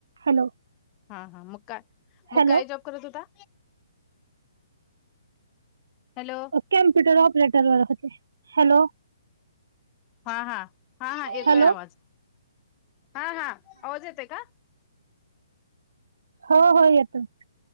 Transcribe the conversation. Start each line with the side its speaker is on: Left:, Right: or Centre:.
Right: हॅलो
Left: हा हा मुका मुकाय
Right: हॅलो
Left: जो होता हॅलो
Right: कम्प्युटर ऑपरेटर व होते हॅलो
Left: हा हा हा हा येतोय
Right: हॅलो
Left: आवाज हा हा आवाज येते का
Right: हो हो येतो